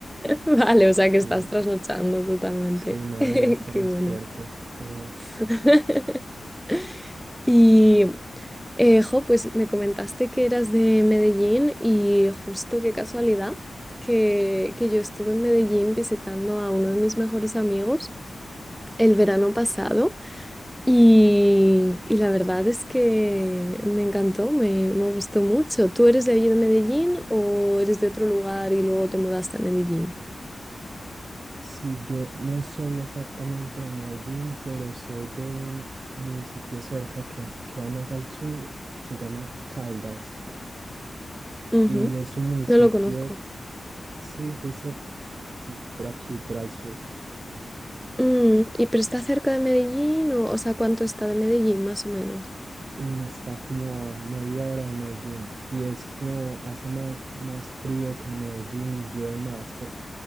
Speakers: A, in the centre; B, on the right.
A: Vale, o sea que
B: Sí,
A: estás trasnochando totalmente.
B: sí, no
A: <laughs>
B: debería estar
A: Qué
B: despierto,
A: bueno.
B: pero
A: <laughs> Y, eh, jo, pues me comentaste que eras de Medellín y justo qué casualidad que, que yo estuve en Medellín visitando a uno de mis mejores amigos el verano pasado y, y la verdad es que me encantó, me, me gustó mucho. ¿Tú eres de allí de Medellín o eres de otro lugar y luego te mudaste a Medellín?
B: sí, yo no soy exactamente de Medellín, pero soy de un municipio cerca que a- queda más al sur que se llama Caldas.
A: Ujú,
B: Y es un municipio,
A: No lo conozco.
B: si fuiste por aquí, por al sur,
A: Mm, ¿y pero está cerca de Medellín o, o sea, cuánto está de Medellín más o menos?
B: mm, está como a media hora de Medellín y es como hace más, más frío que en Medellín y llueve más, porque